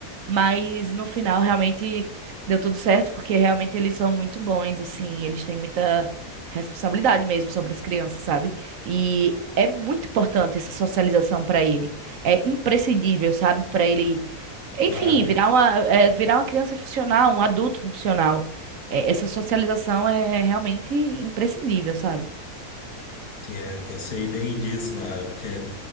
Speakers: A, on the right; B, on the left.
A: Mas no final realmente deu tudo certo, porque realmente eles são muito bons, assim, eles têm muita responsabilidade mesmo sobre as crianças, sabe? E é muito importante essa socialização pra ele. É imprescindível, sabe? Pra ele, enfim,
B: Claro,
A: virar uma, é, virar uma criança funcional, um adulto funcional. É, essa socialização é realmente imprescindível, sabe?
B: é, eu sei bem disso, Nara, porque